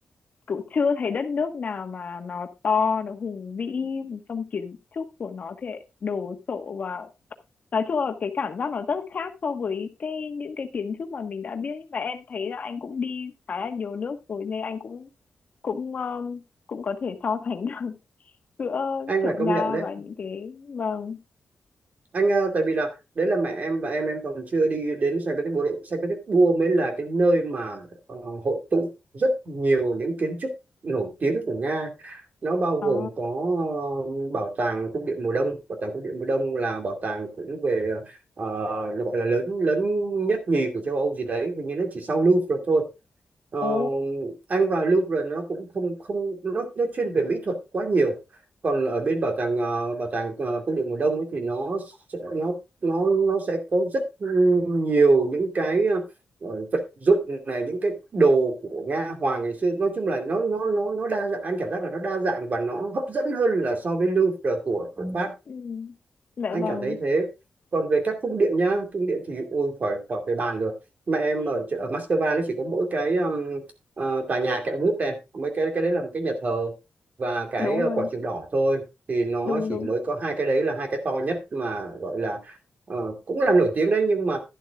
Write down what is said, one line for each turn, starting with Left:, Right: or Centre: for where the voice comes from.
Left: cũng chưa thấy đất nước nào mà nó to nó hùng vĩ trong kiến trúc của nó thì lại đồ sộ và nói chung là cái cảm giác nó rất khác so với cái những cái kiến trúc mà mình đã biết và em thấy là anh cũng đi khá là nhiều nước rồi nên anh cũng cũng um, cũng có thể so sánh được <laughs> giữa
Right: anh
Left: kiểu
Right: phải
Left: Nga
Right: công nhận đấy
Left: và những cái vâng
Right: anh ờ, tại vì là đấy là mẹ em và em em còn chưa đi đến Saint Petersburg Saint Petersburg mới là cái nơi mà ờ, hội tụ rất nhiều những kiến trúc nổi tiếng của Nga nó bao gồm
Left: à,
Right: có ờ, bảo tàng cung điện mùa đông bảo tàng cung điện mùa đông là bảo tàng cũng về ờ, nó gọi là lớn lớn nhất nhì của châu Âu gì đấy hình như nó chỉ sau Louvre thôi Ờ,
Left: ồ
Right: anh vào Louvre nó cũng không không nó nó chuyên về mỹ thuật quá nhiều còn ở bên bảo tàng ờ, bảo tàng ờ, cung điện mùa đông ấy thì nó sẽ nó nó nó sẽ có rất nhiều những cái ờ, vật dụng này những cái đồ của Nga hoàng ngày xưa nói chung là nó nó nó nó đa dạng anh cảm giác là nó đa dạng và nó hấp dẫn hơn là so với Louvre của của Pháp
Left: ừ. dạ
Right: anh
Left: vâng
Right: cảm thấy thế còn về các cung điện nhá cung điện thì ôi khỏi khỏi phải bàn rồi mẹ em
Left: <laughs>
Right: ở, chợ- ở Moscow nó chỉ có mỗi cái um, ờ, tòa nhà kẹo mút này mấy cái cái đấy là một cái nhà thờ và cái
Left: đúng
Right: ờ,
Left: rồi
Right: quảng trường đỏ thôi thì nó
Left: đúng
Right: chỉ
Left: đúng
Right: mới có hai cái đấy là hai cái to nhất mà gọi là ờ, cũng là nổi tiếng đấy nhưng mà